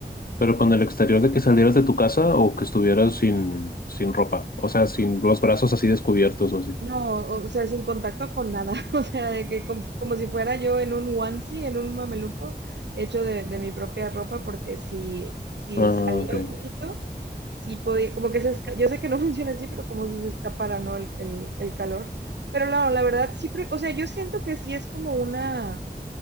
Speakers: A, on the left; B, on the right.
A: Pero con el exterior de que salieras de tu casa o que estuvieras sin, sin ropa, o sea, sin los brazos así descubiertos o así.
B: No, o sea, sin contacto con nada, <laughs> o sea, de que com- como si fuera yo en un onesie, en un mameluco, hecho de, de mi propia ropa, porque si, si
A: Ah,
B: salía
A: ok.
B: un poquito, sí podía, como que se esca- yo sé que no <laughs> funciona así, pero como si se escapara, ¿no? El, el, el calor. Pero no, la verdad, sí, pre- o sea, yo siento que sí es como una,